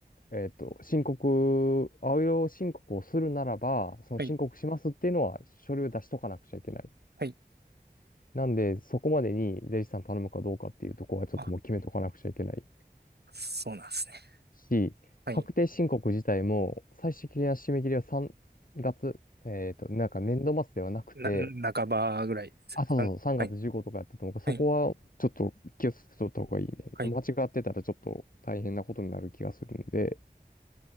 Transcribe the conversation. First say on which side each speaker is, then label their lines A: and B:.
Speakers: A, on the left (about 55°); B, on the right (about 80°).
A: えっと、申告、青色申告をするならば、その申告しますっていうのは書類を出しとかなくちゃいけない。
B: はい、はい。
A: なんで、そこまでに税理士さん頼むかどうかっていうところはちょっともう決めとかなくちゃいけない
B: あ、そうなんですね。
A: し、
B: はい。
A: 確定申告自体も最終的な締め切りは3月、えっと、なんか年度末ではなくて、
B: な、半ばぐらいですか。
A: あ、そうそうそう、3月15とかやったと思うから、
B: はい、はい、
A: そこはちょっと気をつけとった方がいいね。
B: はい。
A: 間違ってたらちょっと大変なことになる気がするんで、